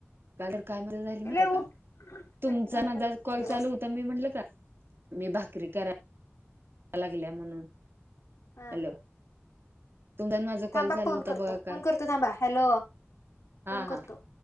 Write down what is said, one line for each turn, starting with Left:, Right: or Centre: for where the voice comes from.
Right: काल तर काय म्हणू राहिली माहिती
Left: ए लय
Right: ये का?
Left: उठ
Right: तुमचा
Left: खिडकी बंद
Right: माझा
Left: कर थंडी
Right: कॉल चालू
Left: वाजते
Right: होता, मी म्हंटलं का मी भाकरी कराय लागल्या म्हणून
Left: हा.
Right: हॅलो तुमचा आणि माझा कॉल
Left: थांबा
Right: चालू
Left: फोन
Right: होता
Left: करतो.
Right: बघा काल
Left: फोन करतो थांबा. हॅलो,
Right: हा
Left: फोन करतो.
Right: हा.